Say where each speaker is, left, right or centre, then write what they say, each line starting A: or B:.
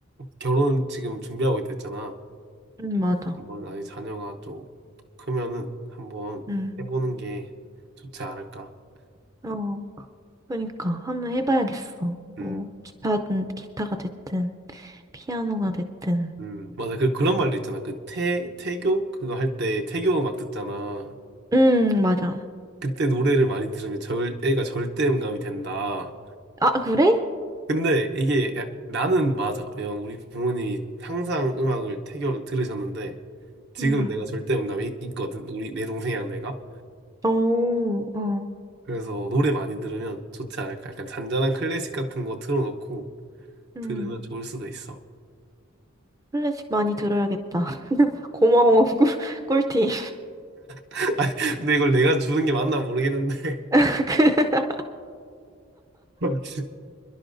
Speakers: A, on the right (about 55°); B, on the right (about 15°).
A: 결혼 지금 준비하고 있다 했잖아.
B: 음, 맞아.
A: 한번 나중에 자녀가 좀 크면은 한번
B: 음.
A: 해보는 게 좋지 않을까.
B: 어, 그러니까 한번 해봐야겠어.
A: 음,
B: 뭐 기타든 기타가 됐든 피아노가 됐든.
A: 음, 맞아. 그, 그런 말도
B: 음,
A: 있잖아. 그 태, 태교? 그거 할 때 태교 음악 듣잖아.
B: 음, 맞아.
A: 그때 노래를 많이 들으면 절, 애가 절대음감이 된다.
B: 아, 그래?
A: 근데 이게 야- 나는 맞아. 그냥 우리 부모님이 항상 음악을 태교로 들으셨는데 지금
B: 음.
A: 내가 절대음감이 있거든. 우리 내 동생이랑 내가.
B: 오, 어,
A: 그래서 노래 많이 들으면 좋지 않을까. 약간 잔잔한 클래식 같은 거 틀어놓고
B: 음.
A: 들으면 좋을 수도 있어.
B: 클래식 많이 들어야겠다. <laughs> 고마워, 꿀, 꿀팁.
A: <laughs> 아니, 근데 이걸 내가 주는 게 맞나 모르겠는데.
B: <laughs>
A: <laughs> 아무튼